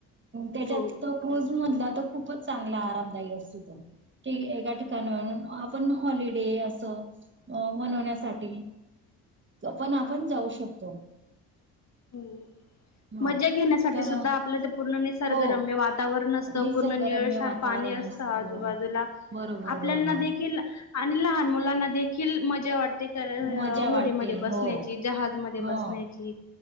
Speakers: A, on the right; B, on the left.
A: त्याच्यात
B: हो
A: तो क्रूज मधला तर खूपच चांगला आरामदायी असतो तो. ते एका ठिकाणावर आपण हॉलिडे असं अ मनवण्यासाठी पण आपण जाऊ शकतो.
B: हो.
A: हा
B: मजा घेण्यासाठी
A: तर
B: सुद्धा आपलं ते पूर्ण निसर्गरम
A: हो
B: वातावरण असतं
A: निसर्गरम्य
B: पूर्ण निरळसार
A: वातावरण
B: पाणी अस
A: असतं.
B: त आजूबाजूला
A: बरोबर
B: आपल्याना
A: बरोबर
B: देखील आणि लहान मुलांना देखी खिल मजा वाटते का
A: मजा
B: होडीमध्ये
A: वाटते
B: बसण्याची
A: हो
B: जहाज मध्ये
A: हो
B: बसण्याची.